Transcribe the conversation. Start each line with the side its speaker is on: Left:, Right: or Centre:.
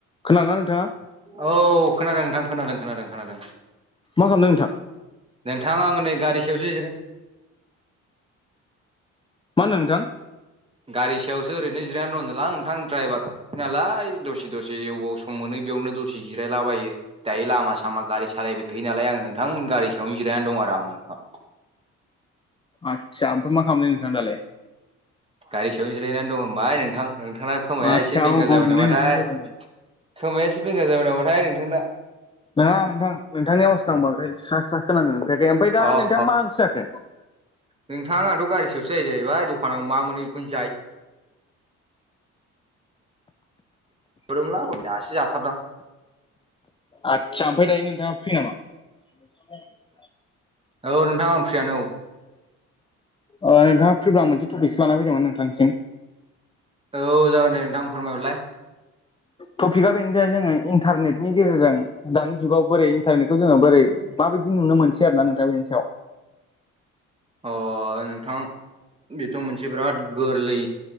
Left: खोनादोंना नोंथाङा
Right: औ खोनादों नोंथां खोनादों खोनादों खोनादों।
Left: मा खालामदों नोंथां?
Right: नोंथाङा आङो नै गारि सायावसो जिराय
Left: मा होनदों नोंथां?
Right: गारि सायावसो ओरैनो जिरायानो होनदोंलां नोंथां द्राइभारसै नालाय दसे दसे एवबाव सम मोनो बेयावनो दसे जिरायलाबायो दायो लामा सामा गारि सालायबाय थायो नालाय आङो नोंथां गारि सायावनो जिरायनानै दं आरो आं
Left: आदसा ओमफ्राय मा खालामदों नोंथां दालाय?
Right: गारि सायावनो जिरायनानै दं होनबाय नोंथां नोंथांना खोमाया
Left: आदसा
Right: एसे बेंगा
Left: औ बावदोंलै
Right: जाबाय नामाथाय
Left: नोंथां बावदों बावदों।
Right: खोमाया एसे बेंगा जाबाय नामाथाय नोंथांना
Left: नङा नोथां नोंथांनि आवाजखौ आं बद्राय स्रा स्रा खोनानो मोनफैयाखै ओमफ्राय
Right: अह
Left: दा नोंथा मा ओंख्रि जाखो?
Right: नोंथां आंथ' गारि सायावसो जायो जाहैबाय दखानाव मा मोनो बेखौनो जायो <unintelligible> दासो जाथारदां
Left: आदसा ओमफ्राय दायो नोंथाङा फ्रि नामा? <inaudible>
Right: औ नोंथां आं फ्रियान औ
Left: अ नोंथाङा फ्रिब्ला आं मोनसे टपिकसो लानानै फैदोंमोन नोंथांसिम
Right: औ जागोन दे नोंथां फोरमायहरलाय
Left: टपिकआ बेनो जाय जोङो इन्टारनेटनि गेजेरजों दानि जुगाव बोरै इन्टारनेटखौ जोङो बोरै माबायदि नुनो मोनसै आरो ना नोंथां बेनि सायाव
Right: अ नोंथां बेथ' मोनसे बिराद गोरलै